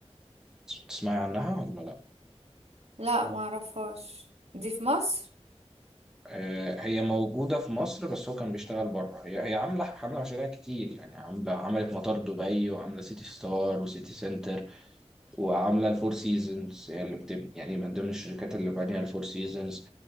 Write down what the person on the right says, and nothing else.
لا ما اعرفهاش دي في مصر